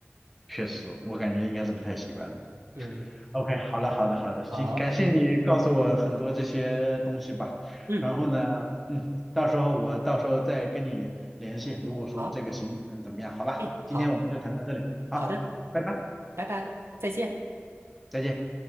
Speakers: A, in the centre; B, on the right.
A: 确实，我感觉应该是不太习惯。
B: 嗯，
A: OK，好了，好的，好的，行，
B: 好，
A: 感谢你告诉我很多这些东西吧。
B: 嗯，
A: 然后呢，嗯，到时候我到时候再跟你联系，如果说这个行程怎么样，
B: 好，
A: 好吧？
B: 哎，
A: 今天我们就谈到这里，
B: 好，
A: 好，
B: 好的，
A: 拜拜，
B: 拜拜，再见。
A: 再见。